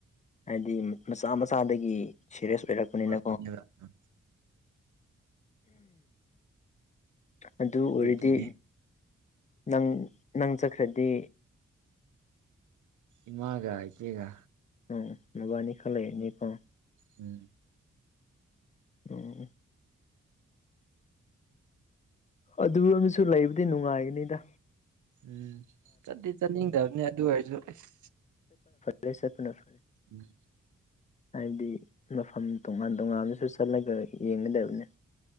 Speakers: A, on the left; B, on the right.
A: ꯍꯥꯏꯗꯤ ꯃꯆꯥ ꯃꯆꯥꯗꯒꯤ ꯁꯦꯔꯤꯌꯁ ꯑꯣꯏꯔꯛꯄꯅꯤꯅ
B: ꯊ
A: ꯑꯗꯨ
B: ꯑꯗꯨꯒꯤꯅꯦ
A: ꯑꯣꯏꯔꯗꯤ ꯅꯪ ꯅꯪ ꯆꯠꯈ꯭ꯔꯗꯤ
B: ꯏꯃꯥꯒ ꯏꯆꯦꯒ
A: ꯎꯝ ꯃꯕꯥꯅꯤ ꯈꯂꯅꯤꯀꯣ
B: ꯎꯝ
A: ꯑꯣ ꯑꯗꯨ ꯑꯃꯁꯨ ꯂꯩꯕꯨꯗꯤ ꯅꯨꯡꯉꯥꯏꯅꯤꯗ
B: ꯎꯝ ꯆꯠꯇꯠꯇ ꯆꯠꯅꯤꯡꯗꯕꯅꯤ ꯑꯗꯨ ꯑꯣꯏꯔꯁꯨ ꯑꯁ
A: ꯂꯦꯁꯦꯅꯔ꯭ꯔꯦ
B: ꯎꯝ
A: ꯍꯥꯏꯕꯗꯤ ꯃꯐꯝ ꯇꯣꯉꯥꯟ ꯇꯣꯉꯥꯟꯕꯁꯨ ꯆꯠꯂꯒ ꯌꯦꯡꯒꯗꯕꯅꯤ